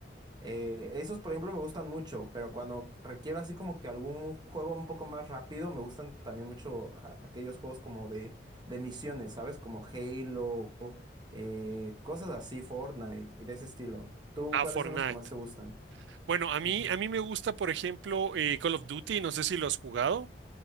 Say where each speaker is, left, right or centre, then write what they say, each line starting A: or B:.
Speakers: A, on the right; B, on the right.
A: Eh, esos, por ejemplo, me gustan mucho, pero cuando requiero así como que algún juego un poco más rápido, me gustan también mucho a- aquellos juegos como de, de misiones, ¿sabes? Como Halo, eh, cosas así, Fortnite, y de ese estilo. ¿Tú
B: a
A: cuáles
B: Fortnite.
A: son los que más te gustan?
B: Bueno, a mí,
A: Ujú.
B: a mí me gusta, por ejemplo, eh, Call of Duty, no sé si lo has jugado.